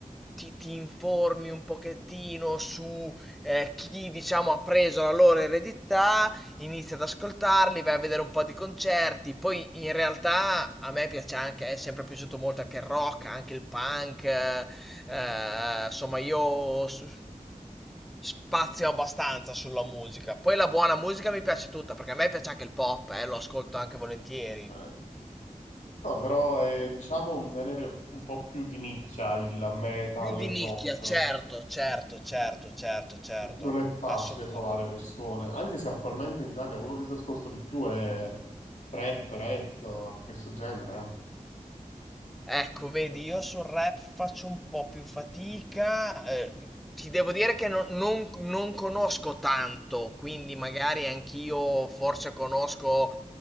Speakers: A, in the centre; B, on the left.
A: ti, ti informi un pochettino su eh, chi diciamo ha preso la loro eredità inizia ad ascoltarli, vai a vedere un po' di concerti, poi in realtà a me piace anche, è sempre piaciuto molto anche il rock, anche il punk, eh, eh, insomma io su- spazio abbastanza sulla musica. Poi la buona musica mi piace tutta, perché a me piace anche il pop, eh, lo ascolto anche volentieri.
B: Eh, no, però è diciamo un genere un po' più di nicchia, il metal,
A: Più di
B: il
A: nicchia,
B: rock.
A: certo, certo, certo, certo, certo,
B: Eh, Non è facile
A: assolutamente.
B: trovare persone, anche se attualmente in Italia quello che si ascolta di più è trap, rap, questo genere.
A: Ecco, vedi,
B: eh.
A: io sul rap faccio un po' più fatica. eh, ti devo dire che non, non- non conosco tanto, quindi magari anch'io forse conosco